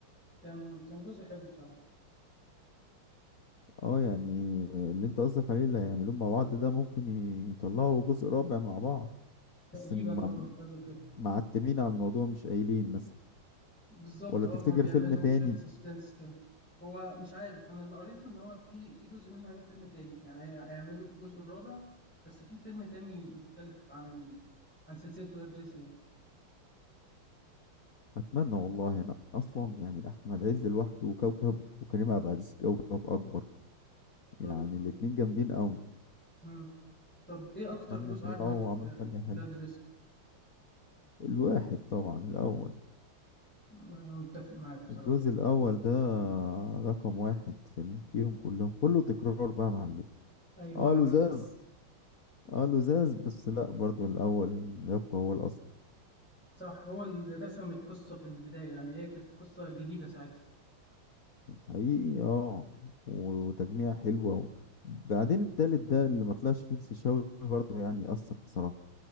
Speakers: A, in the centre; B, on the left.
A: كان كان جزء حلو بصراحة
B: اه يعني اللي انت قصدك عليه اللي هيعملوه مع بعض ده ممكن يطلعوا جزء رابع مع بعض
A: تقريبا
B: بس م-
A: اه قالوا كده
B: معتمين على الموضوع مش قايلين مثلا
A: بالظبط
B: ولا
A: اه
B: تفتكر
A: هما بيعملوا
B: فيلم تاني
A: شوية سسبنس كده هو مش عارف انا اللي قريته ان هو في في جزء منه هيبقى فيلم تاني يعني هي- هيعملوا الجزء الرابع بس في فيلم تاني مختلف عن ال... عن سلسلة ولاد رزق يعني
B: اتمنى والله انا اصلا يعني احمد عز لوحده وكوكب وكريم عبد العزيز كوكب اكبر
A: بالظبط
B: يعني
A: اه
B: الاتنين جامدين قوي
A: مم. طب ايه اكتر
B: اتمنى
A: جزء
B: يطلعوا
A: عجبك في
B: عمل فني
A: ولاد
B: حلو
A: رزق؟
B: الواحد طبعا الاول
A: أنا متفق معاك بصراحة
B: الجزء الاول ده رقم واحد في ال- فيهم كلهم كله تكرار بقى يا معلم
A: ايوه
B: اه لزاز
A: بالظبط
B: اه لزاز بس لا برضو الاول يبقى هو الاصل
A: صح هو اللي رسم القصة في البداية يعني هي كانت قصة جديدة ساعتها
B: حقيقي اه وتجميع حلوه وبعدين التالت ده اللي ما طلعش فيه الفيشاوي برضو يعني اثر بصراحه